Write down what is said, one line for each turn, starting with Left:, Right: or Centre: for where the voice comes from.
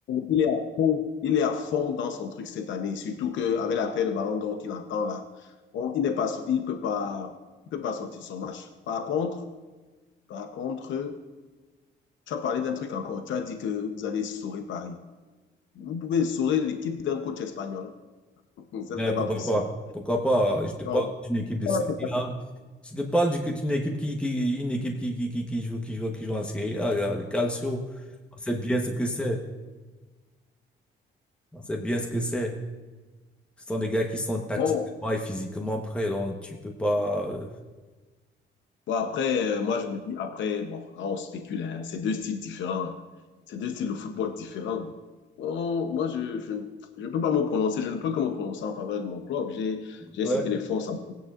Left: Il est à fond, il est à fond dans son truc cette année, surtout qu'avec l'appel de Ballon d'Or qu'il entend là, on- il n'est pas... so- il peut pas... il peut pas sortir de son match. Par contre, par contre, tu as parlé d'un truc encore. Tu as dit que vous allez sauver Paris. Vous pouvez essorer l'équipe d'un coach espagnol. <laughs> Ça,
Centre: Mais
Left: c'est
Centre: pourquoi
Left: pas possible.
Centre: pas? Pourquoi pas? Je te parle
Left: Non.
Centre: d'une équipe de
Left: Voilà,
Centre: Serie
Left: c'est pas-
Centre: A. Je te parle du- d'une équipe qui, qui, une équipe qui, qui, qui, qui joue, qui joue, qui joue en Serie A. regarde, Le Calcio. On sait bien ce que c'est. On sait bien ce que c'est. Ce sont des gars qui sont tactiquement
Left: Bon,
Centre: et physiquement prêts. Donc, tu peux pas, euh,
Left: bon après, euh, moi, je me dis, après, bon, là, on spécule, hein, c'est deux styles différents. C'est deux styles de football différents. Bon, moi, je, je, je peux pas me prononcer, je ne peux que me prononcer en faveur de mon club. J'ai, j'ai
Centre: Ouais.
Left: cité les forces. en- fait.